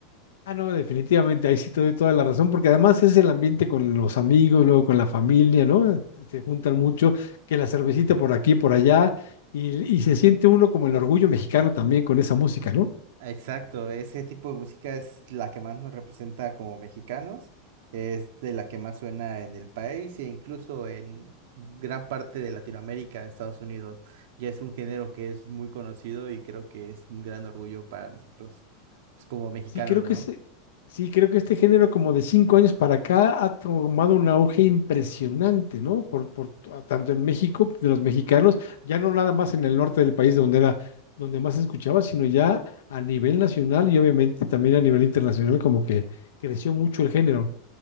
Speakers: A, on the left; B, on the right.
A: Ah, no, definitivamente, ahí sí te doy toda la razón, porque además es el ambiente con los amigos, luego con la familia, ¿no? Eh, Se juntan mucho, que la cervecita por aquí, por allá, y, y se siente uno como el orgullo mexicano también con esa música, ¿no?
B: Exacto, ese tipo de música es la que más nos representa como mexicanos, es de la que más suena en el país e incluso en gran parte de Latinoamérica, Estados Unidos. Ya es un género que es muy conocido y creo que es un gran orgullo para nosotros, pues como mexicanos,
A: Sí, creo que
B: ¿no?
A: ese- sí, creo que este género como de cinco años para acá ha tomado un auge impresionante, ¿no? Por, por t- tanto en México, de los mexicanos, ya no nada más en el norte del país donde era, donde más se escuchaba, sino ya a nivel nacional y obviamente también a nivel internacional, como que creció mucho el género.